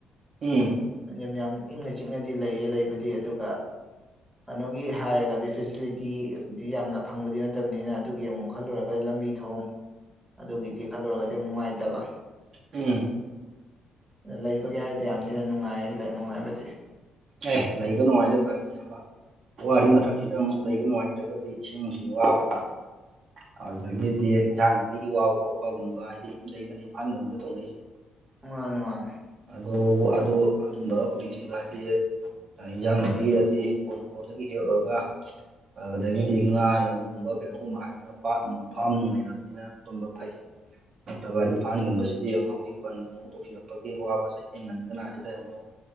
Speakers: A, on the right; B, in the centre.
A: ꯎꯝ
B: ꯌꯥꯝ ꯏꯪꯅ ꯆꯤꯛꯅꯗꯤ ꯂꯩꯌꯦ ꯂꯩꯕꯗꯤ ꯑꯗꯨꯒ ꯀꯩꯅꯣꯒꯤ ꯍꯥꯏꯔꯒꯗꯤ ꯐꯦꯁꯤꯂꯤꯇꯤꯗꯤ ꯌꯥꯝꯅ ꯐꯪꯕꯗꯤ ꯅꯠꯇꯕꯅꯤꯅ ꯑꯗꯨꯒꯤ ꯑꯃꯨꯛ ꯈꯜꯂꯨꯔꯒꯗꯤ ꯂꯝꯕꯤ ꯊꯣꯡ ꯑꯗꯨꯒꯤꯗꯤ ꯈꯜꯂꯨꯔꯒꯗꯤ ꯑꯃꯨꯛ ꯅꯨꯡꯉꯥꯏꯇꯕ
A: ꯎꯝ
B: ꯂꯩꯕꯒꯤ ꯍꯥꯏꯔꯗꯤ ꯌꯥꯝ ꯊꯤꯅ ꯅꯨꯡꯉꯥꯏ ꯅꯨꯡꯉꯥꯏꯕꯗꯤ
A: ꯑꯦ ꯂꯩꯕ ꯅꯨꯡꯉꯥꯏꯗꯣ ꯐꯔꯦ ꯏꯌꯥꯝꯕ ꯋꯥꯔꯤ ꯃꯊꯛꯁꯤꯗ ꯑꯃꯨꯛ ꯂꯩꯕ ꯅꯨꯡꯉꯥꯏꯇ꯭ꯔꯒꯗꯤ ꯏꯁꯤꯡ- ꯃꯥꯏꯁꯤꯡ ꯋꯥꯕ ꯑꯗꯨꯗꯒꯤꯗꯤ ꯏꯟꯖꯥꯡ ꯅꯥꯄꯤꯒꯤ ꯋꯥꯕ ꯈꯣꯠꯄꯒꯨꯝꯕ ꯍꯥꯏꯗꯤ ꯂꯩꯗꯅ ꯏꯝꯐꯥꯜꯒꯨꯝꯕꯗ ꯇꯧꯅꯩꯖ
B: ꯃꯥꯅ‌ꯦ-ꯃꯥꯅ‌ꯦ
A: ꯑꯗꯣ ꯑꯗꯨ ꯑꯗꯨꯝꯕ ꯑꯣꯏꯗ꯭ꯔꯤꯕ ꯍꯥꯏꯗꯤ ꯏꯟꯖꯥꯡ ꯅꯥꯄꯤ ꯑꯁꯤ ꯍꯤꯡꯒꯣꯜ ꯅꯨꯡꯒꯣꯜꯗꯒꯤ ꯍꯦꯛꯎꯨꯔꯒ ꯑꯗꯒꯤꯗꯤ ꯉꯥ ꯅꯨꯡꯒꯨꯝꯕ ꯀꯩꯅꯣꯒꯨꯝꯕ ꯍꯥꯏꯔꯒꯅ ꯄꯥꯠ ꯅꯨꯡ ꯐꯥꯝ ꯅꯨꯡ ꯂꯩꯅꯕꯅꯤ ꯇꯨꯝ ꯐꯩ ꯅꯠꯇꯕ ꯏꯝꯐꯥꯜꯒꯨꯝꯕꯁꯤꯗꯤ ꯌꯦꯡꯉꯨ ꯍꯧꯖꯤꯛ ꯕꯟ ꯅꯨꯡ ꯇꯧꯁꯤꯜꯂꯛꯄꯒꯤ ꯑꯋꯥꯕ ꯆꯩꯊꯦꯡ ꯅꯪꯉꯤꯉꯩ ꯑꯁꯤꯗ ꯑꯃꯨꯛ